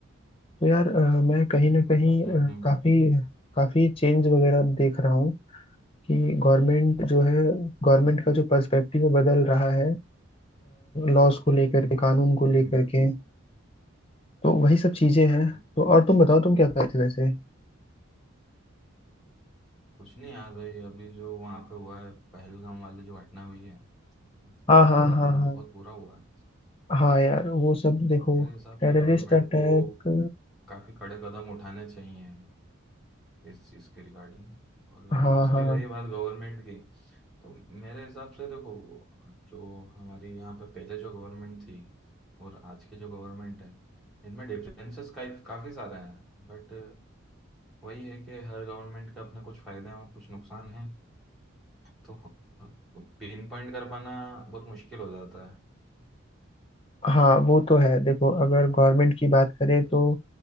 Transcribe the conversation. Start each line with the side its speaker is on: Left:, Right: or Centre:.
Left: तो यार अ, मैं कहीं ना कहीं
Centre: हम्म
Left: अ,
Centre: हम्म हम्म,
Left: काफी काफी चेंज वगैरह अब देख रहा हूँ कि गवर्नमेंट जो है गवर्नमेंट का जो पर्सपेक्टिव बदल रहा है लॉज को लेकर के कानून को लेकर
Centre: हम्म।
Left: के तो वही सब चीजें हैं
Centre: हम्म।
Left: तो और तुम बताओ तुम क्या कर रहे थे वैसे
Centre: कुछ नहीं यार भाई अभी जो वहाँ पे हुआ है पहलगाम वाली जो घटना हुई है फॉलो
Left: हाँ हाँ
Centre: कर रहा
Left: हाँ
Centre: था मैं
Left: हाँ
Centre: बहुत बुरा हुआ है
Left: हाँ यार वो सब देखो
Centre: मेरे हिसाब
Left: टेररिस्ट
Centre: से गवर्नमेंट
Left: अटैक
Centre: को काफ़ी कड़े कदम उठाने चाहिए इस चीज़ के रिगार्डिंग और
Left: हाँ
Centre: दूसरी
Left: हाँ
Centre: रही बात गवर्नमेंट की तो मेरे हिसाब से देखो जो हमारी यहाँ पे पहले जो गवर्नमेंट थी और आज की जो गवर्नमेंट है इनमें डिफरेंसेस काफ़ी सारे हैं बट वही है कि हर गवर्नमेंट के अपने कुछ फ़ायदे हैं और कुछ नुकसान हैं तो पिन पॉइंट कर पाना बहुत मुश्किल हो जाता है
Left: हाँ वो तो है देखो अगर गवर्नमेंट की बात करें तो